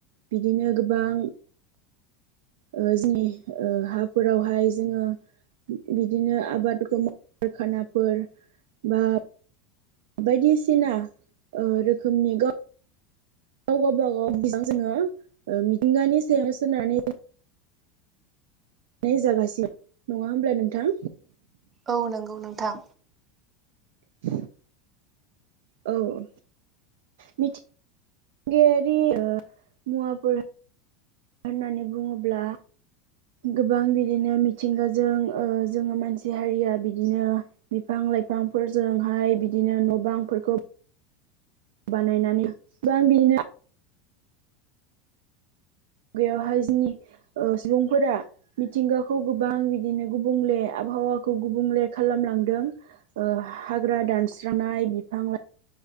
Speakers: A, on the right; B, on the right.
A: बिदिनो गोबां ओ जोंनि ओ हाफोरावहाय जोङो बिदिनो आबादखौ माव कारखानाफोर बा बायदिसिना ओ रोखोमनि गा गाव गावबागाव जोङो ओ मिथिंगानि सायाव सोनानै नाय जागासिनो नङा होमब्ला नोंथां?
B: औ नोंगौ नोंथां।
A: <inaudible> औ मिथिंगायारि ओ मुवाफोरा होननानै बुङोब्ला गोबां बिदिनो मिथिंगाजों जोङो मानसि हारिया बिदिनो बिफां लाइफांफोरजोंहाय बिदिनो न' बांफोरखौ बानायनानै गोबां बिनो बेयावहाय जोंनि सुबुंफोरा मिथिंगाखौ गोबां बिदिनो गुबुंले आबहावाखौ गुबुंले खालामलांदों ओ हाग्रा दानस्रांनाय बिफां लाइ